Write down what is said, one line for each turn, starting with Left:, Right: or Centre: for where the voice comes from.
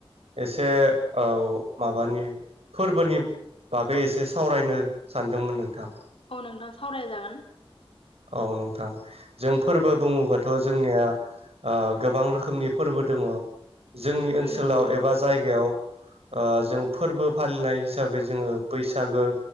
Right: एसे औ माबानि फोरबोनि बागै एसे सावरायनो सानदोंमोन नोंथां
Left: औ नोंथां सावराय जागोन
Right: औ नोंथां जों फोरबो बुङोबाथ' जोंनिया ओ गोबां रोखोमनि फोरबो दङ जोंनि ओनसोलाव
Left: उम नंगौ
Right: एबा जायगायाव ओ जों फोरबो फालिनाय हिसाबै जोङो बैसागो